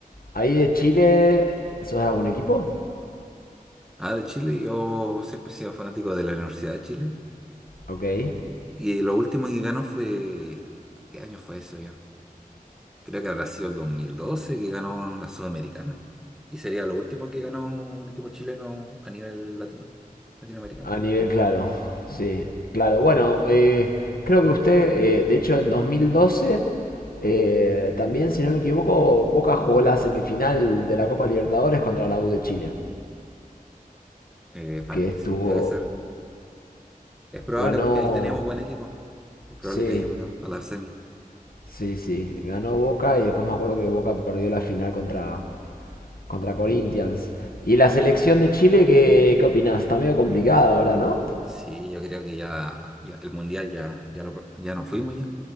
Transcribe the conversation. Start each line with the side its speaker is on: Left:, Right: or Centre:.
Left: ¿Ahí de Chile, sos de algún equipo?
Centre: Ah, de Chile, yo siempre he sido fanático de la Universidad de Chile.
Left: Ok.
Centre: Y lo último que ganó fue... ¿Qué año fue eso ya? Creo que habrá sido el 2012 que ganó la Sudamericana. Y sería lo último que ganó un equipo chileno a nivel latino, latinoamericano.
Left: A nivel, claro, sí, claro. Bueno, eh, creo que usted, eh, de hecho, en 2012, eh, también, si no me equivoco, Boca jugó la semifinal de la Copa Libertadores contra la U de Chile,
Centre: Eh, parece,
Left: que estuvo,
Centre: debe ser. Es probable
Left: ganó,
Centre: porque ahí tenemos buen equipo. Es probable
Left: sí,
Centre: que hayamos llegado a la semi.
Left: sí, sí, ganó Boca y después me acuerdo que Boca perdió la final contra, contra Corinthians. Y la selección de Chile, ¿qué, qué opinás? Está medio complicada ahora, ¿no?
Centre: Sí, yo creo que ya, ya el mundial ya, ya, lo, ya nos fuimos ya.